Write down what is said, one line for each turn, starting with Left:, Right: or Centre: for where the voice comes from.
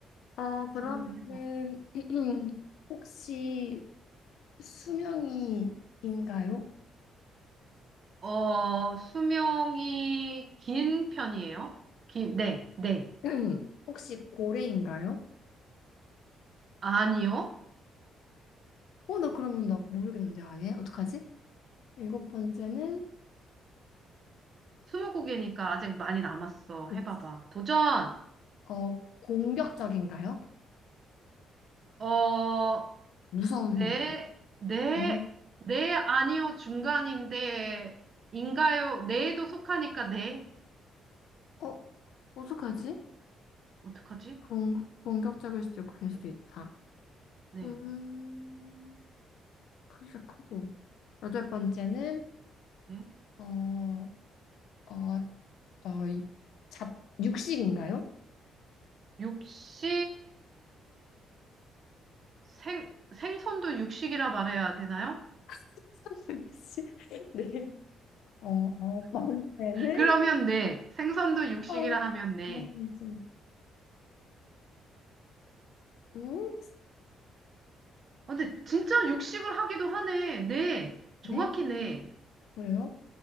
Left: 어, 그러면은,
Right: 질문을 해봐.
Left: <clears throat> 혹시 수명이인가요?
Right: 어, 수명이 긴 편이에요? 긴, 네, 네.
Left: <clears throat> 혹시 고래인가요?
Right: 아니요.
Left: 어, 나 그러면 나 모르겠는데, 아예? 어떡하지? 일곱 번째는,
Right: 스무고개니까 아직 많이 남았어.
Left: 그치.
Right: 해봐봐. 도전!
Left: 어, 공격적인가요?
Right: 어,
Left: 무서운
Right: 네,
Left: 애인가요?
Right: 네,
Left: 네.
Right: 네, 아니요, 중간인데, 인가요? 네에도 속하니까 네.
Left: 어, 어떡하지?
Right: 어떡하지?
Left: 공, 공격적일 수도 있고, 아닐 수도 있다.
Right: 네,
Left: 음, 크기가 크고. 여덟 번째는,
Right: 네.
Left: 어, 어, 어, 이- 잡, 육식인가요?
Right: 육식, 생, 생선도 육식이라 말해야 되나요?
Left: <laughs> 육식. 네. 어, 아홉 번째는,
Right: 그러면 네. 생선도 육식이라
Left: 아,
Right: 하면 네.
Left: 아홉 번째. 음?
Right: 아, 근데 진짜 육식을 하기도 하네. 네.
Left: 네?
Right: 정확히 네.
Left: 그래요?